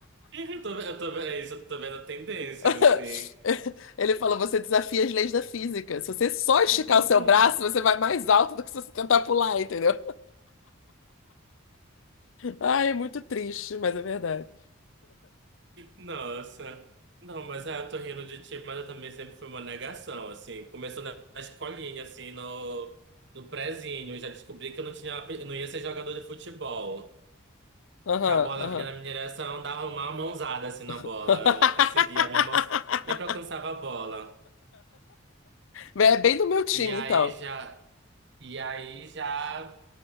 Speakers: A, on the right; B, on the left.
A: Eu tô, ve- eu tô, ve- é isso, eu tô vendo tendências
B: <laughs>
A: assim.
B: Ele falou: você desafia as leis da física. Se você só esticar
A: <laughs>
B: o seu braço, você vai mais alto do que se você tentar pular, entendeu? Ai, é muito triste, mas é verdade.
A: Nossa. Não, mas aí eu tô rindo de ti, mas eu também sempre fui uma negação, assim. Começou na na escolinha, assim, no, no prezinho. Eu já descobri que eu não tinha, ape- não ia ser jogador de futebol.
B: Aham,
A: Que a bola
B: aham.
A: vinha na minha direção, dava uma mãozada, assim, na
B: <laughs>
A: bola. Eu conseguia, a minha mão sempre alcançava a bola.
B: É bem do meu time,
A: E aí
B: então.
A: já, e aí já,